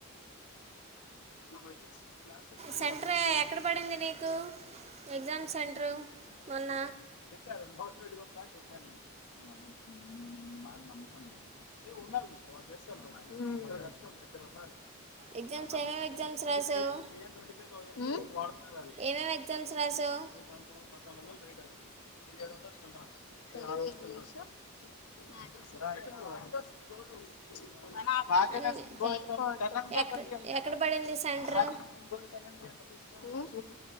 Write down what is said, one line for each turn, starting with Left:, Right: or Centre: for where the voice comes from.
Left: తెప్పిస్తా
Right: సెంటర్ ఎక్కడ పడింది నీకు ఎగ్జామ్ సెంటరు మొన్న
Left: హు హు
Right: ఎగ్జామ్స్ ఏమేమి ఎగ్జామ్స్ రాసావు ఏమేమి ఎగ్జామ్స్ రాసావు
Left: తెలుగు ఇంగ్లీష్ మ్యాత్స్
Right: అన్ని ఎక్కడ ఎక్కడ
Left: <unintelligible>
Right: పడింది సెంటర్